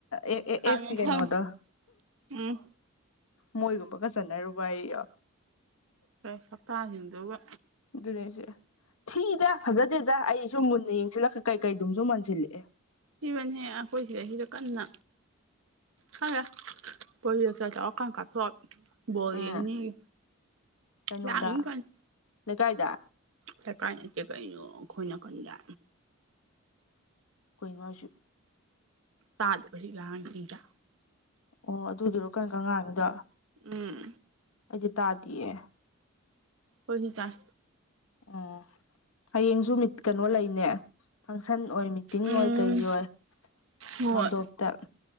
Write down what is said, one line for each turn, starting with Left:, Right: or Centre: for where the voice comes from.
Left: ꯑꯦ ꯑꯦ
Right: ꯈꯥꯡꯉꯦ
Left: ꯑꯦꯀꯤ ꯀꯩꯅꯣ
Right: ꯈꯪꯉꯦ
Left: ꯗ
Right: ꯎꯝ
Left: ꯃꯣꯏꯒꯨꯝꯕꯒ ꯆꯟꯅꯔꯨꯕ ꯑꯩ
Right: ꯁꯞꯇꯥꯁꯤꯡꯗꯨꯒ
Left: ꯑꯗꯨꯅꯦꯁꯦ ꯊꯤꯗ ꯐꯖꯗꯦꯗ ꯑꯩꯁꯨ ꯃꯨꯟꯅ ꯌꯦꯡꯁꯤꯜꯂꯛ ꯀꯩꯀꯩꯗꯨꯝꯁꯨ ꯃꯟꯁꯤꯜꯂꯛꯑꯦ
Right: ꯊꯤꯕꯅꯦꯍꯦ ꯑꯩꯈꯣꯏ ꯁꯤꯗꯩꯩ ꯁꯤꯗꯥ ꯀꯟꯅ ꯍ ꯄ ꯑꯣꯀ ꯀꯊ ꯕꯥꯜ
Left: ꯎꯝ
Right: ꯌꯦꯡꯅꯤꯌꯦ
Left: ꯀꯩꯅꯣꯗ
Right: ꯂꯥꯡꯒꯤ ꯀꯟꯅꯥ
Left: ꯂꯩꯀꯥꯏꯗ
Right: ꯁ ꯀꯥꯏ ꯅꯠꯇꯦ ꯀꯩꯅꯣ ꯑꯩꯈꯣꯏꯅ ꯀꯟꯗ
Left: ꯀꯣꯏꯅꯣ ꯑꯣꯏꯁꯨ
Right: ꯇꯥꯗꯕ ꯂꯥꯟꯗ
Left: ꯑꯣ ꯑꯗꯨꯒꯤꯔꯣ ꯀꯀ ꯉꯥꯅꯤꯗ
Right: ꯎꯝ
Left: ꯑꯩꯗꯤ ꯇꯥꯗꯦꯌꯦ
Right: ꯈꯣꯏꯗꯤ ꯆꯥꯏ
Left: ꯑꯣ ꯍꯌꯦꯡꯁꯨ ꯃꯤꯠ ꯀꯩꯅꯣ ꯂꯩꯅꯦ ꯐꯪꯁꯟ ꯑꯣꯏ ꯃꯤꯠ ꯇꯤꯡ
Right: ꯎꯝ
Left: ꯑꯣꯏ ꯀꯩꯒꯤ ꯑꯣꯏ
Right: ꯍꯣꯏ
Left: ꯃꯟꯗꯣꯞꯇ